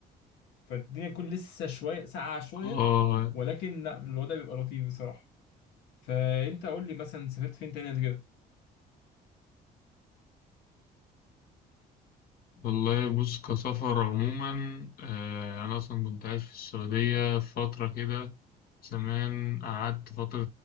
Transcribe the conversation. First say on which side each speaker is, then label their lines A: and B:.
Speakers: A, on the left; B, on the left.
A: فالدنيا تكون لسه شوية ساقعة شوية
B: اه
A: ولكن لا الوضع بيبقى لطيف بصراحة فأنت قول لي مثلا سافرت فين تاني قبل كده؟
B: والله بص كسفر عموما آه أنا أصلا كنت عايش في السعودية فترة كده زمان قعدت فترة